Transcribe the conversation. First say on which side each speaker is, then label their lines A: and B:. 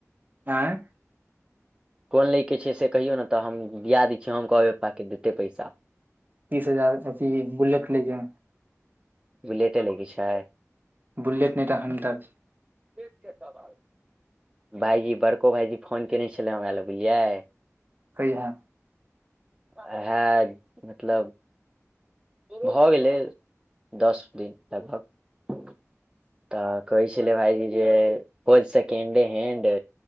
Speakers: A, on the right; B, on the right.
A: आँय
B: कोन लैके छै, से कहियौ ने तऽ, हम दिआ दै छियै हम कहबै पप्पाके देतै पैसा
A: तीस हजार अथी बुलेट लेके
B: बुलेटे लैके छै।
A: बुलेट नै तऽ, हानडर
B: ठीक छै तब आब भाइजी बड़को भाइजी फोन कयने छलै, हमरा लए बुझलियै।
A: कहिया
B: हए मतलब भऽ गेलै दस दिन लगभग तऽ कहै छलै, भाईजी जे कोन सेकेंडे हैंड